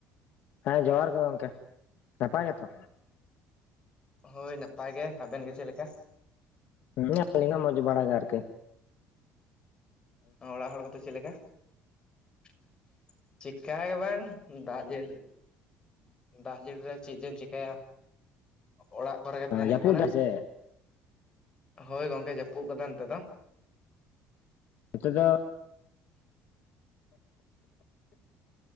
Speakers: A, on the left; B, on the left.
A: ᱦᱮᱸ ᱡᱚᱦᱟᱨ ᱜᱮ ᱜᱚᱝᱠᱮ ᱱᱟᱯᱟᱭ ᱜᱮᱛᱚ᱾
B: ᱦᱳᱭ ᱱᱟᱯᱟᱭ ᱜᱮ, ᱟᱵᱮᱱ ᱜᱮ ᱪᱮᱫ ᱞᱮᱠᱟ᱾
A: ᱦᱮᱸ ᱟᱞᱤᱧ ᱦᱚᱸ ᱢᱚᱸᱡᱽ ᱵᱟᱲᱟᱜᱮ ᱟᱹᱨᱠᱤ᱾
B: ᱚᱲᱟᱜ ᱦᱚᱲ ᱠᱚᱫᱚ ᱪᱮᱫ ᱞᱮᱠᱟ <inaudible> ᱪᱮᱠᱟ ᱜᱮ ᱵᱟᱝ ᱫᱟᱜ ᱡᱮ ᱫᱟᱜ ᱡᱮᱞ ᱨᱮ᱾ ᱪᱮᱫ ᱡᱮᱢ ᱪᱤᱠᱟᱹᱭᱟ, ᱚᱲᱟᱜ ᱠᱚᱨᱮ ᱜᱮ ᱛᱟᱦᱮᱸᱱ ᱦᱩᱭᱩᱜ
A: ᱡᱟᱹᱯᱩᱫ
B: ᱠᱟᱱᱟ᱾
A: ᱫᱟᱭ ᱥᱮ
B: ᱦᱳᱭ ᱜᱚᱝᱠᱮ ᱡᱟᱹᱯᱩᱫ ᱠᱟᱫᱟᱭ ᱱᱚᱛᱮ ᱫᱚ᱾
A: ᱦᱤᱛᱚᱜ ᱫᱚ